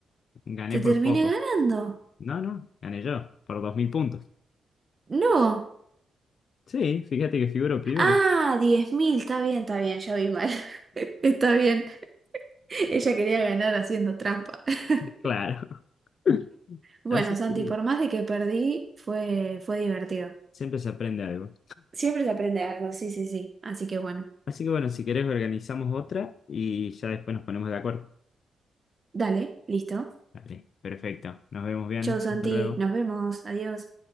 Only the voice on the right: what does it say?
Te
terminé
ganando.
No.
Ah, diez mil Está bien, está bien. Ya vi mal. <laughs> Está bien. Ella quería ganar haciendo trampa. <laughs>
Bueno,
Santi,
por más de que perdí, fue, fue divertido.
Siempre se aprende algo. Sí, sí, sí. Así que bueno.
Dale, listo.
Chau, Santi.
Nos vemos. Adiós.